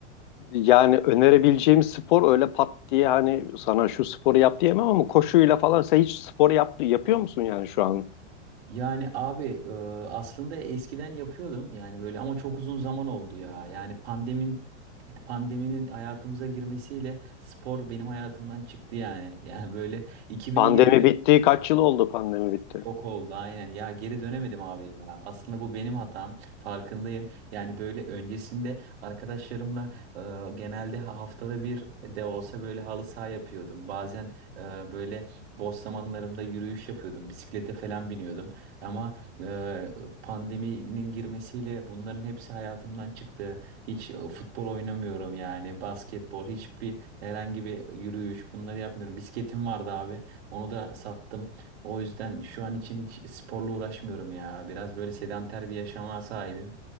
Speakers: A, on the left; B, on the right.
A: Yani önerebileceğim spor öyle pat diye hani sana şu sporu yap diyemem ama koşuyla falan sen hiç spor yaptı, yapıyor musun yani şu an?
B: Yani abi e, aslında eskiden yapıyordum yani böyle ama çok uzun zaman oldu ya. Yani pandemin pandeminin hayatımıza girmesiyle spor benim hayatımdan çıktı yani. <laughs> Yani böyle 2020
A: Pandemi bitti. Kaç yıl oldu pandemi bitti?
B: çok oldu aynen ya geri dönemedim abi ya aslında bu benim hatam farkındayım yani böyle öncesinde arkadaşlarımla e, genelde ha- haftada bir de olsa böyle halı saha yapıyordum bazen e, böyle boş zamanlarımda yürüyüş yapıyordum bisiklete falan biniyordum ama e, pandeminin girmesiyle bunların hepsi hayatımdan çıktı hiç e, futbol oynamıyorum yani basketbol hiçbir herhangi bir yürüyüş bunları yapmıyorum bisikletim vardı abi onu da sattım o yüzden şu an için hiç sporla uğraşmıyorum ya. Biraz böyle sedanter bir yaşama sahibim.